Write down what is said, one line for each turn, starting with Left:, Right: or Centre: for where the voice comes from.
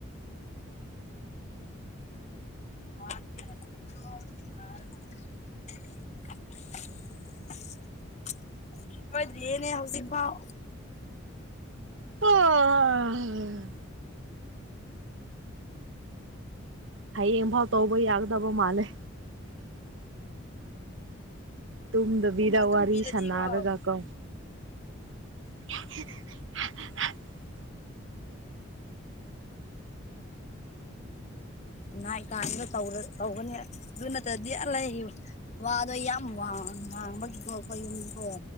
Left: ꯔ <unintelligible> ꯑꯣꯏꯗꯤꯌ‌ꯦꯅꯦ ꯍꯧꯖꯤꯛ ꯄꯥꯎ
Right: ꯑ ꯍꯌꯦꯡꯐꯥꯎ ꯇꯧꯕ ꯌꯥꯒꯗꯕ ꯃꯥꯜꯂꯦ ꯇꯨꯝꯗꯕꯤꯗ
Left: ꯑꯗꯨꯝ
Right: ꯋꯥꯔꯤ
Left: ꯄꯤꯔꯗꯤꯀꯣ
Right: ꯁꯥꯟꯅꯔꯒ ꯀꯣ <unintelligible>
Left: ꯅꯣꯏ ꯀꯥꯟꯒꯧ ꯇꯧꯒꯅꯤ ꯑꯗꯨ ꯅꯠꯇ꯭ꯔꯗꯤ ꯑ ꯂꯩꯌꯨ ꯋꯥꯑꯗꯣ ꯌꯥꯝ ꯋꯥꯡꯕꯒꯤꯀꯣ ꯑꯩꯈꯣꯏ ꯌꯨꯝꯒꯤꯀꯣ